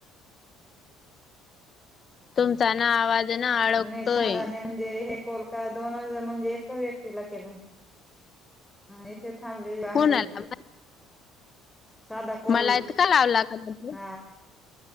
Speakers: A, on the left; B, in the centre.
A: तुमचा ना आवाज ना अडकतोय
B: नाही साधा नाही म्हणजे हे. कोलका दोन म्हणजे एक व्यक्तीला केला इथे. फॅमली बाहेर
A: कोणाला
B: दे. सादा कल
A: मला इतका लावला का मग
B: ह